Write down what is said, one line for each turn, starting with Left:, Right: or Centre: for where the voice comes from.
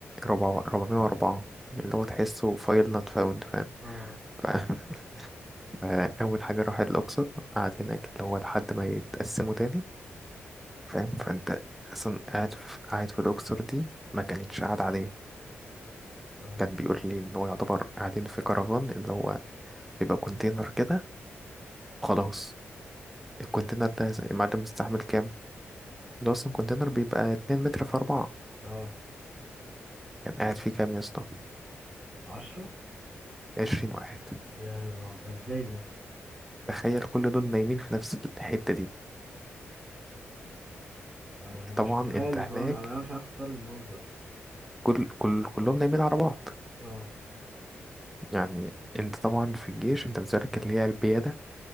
Centre: ربع 404 اللي هو تحسه فايل نوت فاوند فاهم
Right: آه
Centre: ف- <laughs> فاول حاجه راح الاقصر قعد هناك اللي هو لحد ما يتقسموا تاني فاهم فانت اصلا قاعد في قاعد في الاقصر دي ما كانتش قاعده عاديه
Right: آه
Centre: كان بيقول لي ان هو يعتبر قاعدين في كرفان اللي هو بيبقى كونتينر كده وخلاص الكونتينر ده المعدن مستحمل كام اللي هو اصلا كونتينر بيبقى 2 متر في 4
Right: آه
Centre: كان قاعد فيه كام يا اسطى
Right: عشرة
Centre: 20 واحد
Right: يا نهار ده ازاي ده
Centre: تخيل كل دول نايمين في نفس الحتة دي
Right: أنا مش
Centre: طبعا
Right: مش متخيل
Centre: انت هناك
Right: بصراحة من أنا مش عارف أتخيل المنظر
Centre: كل كل كلهم نايمين على بعض
Right: آه
Centre: يعني انت طبعا في الجيش انت بتشارك اللي هي البيادة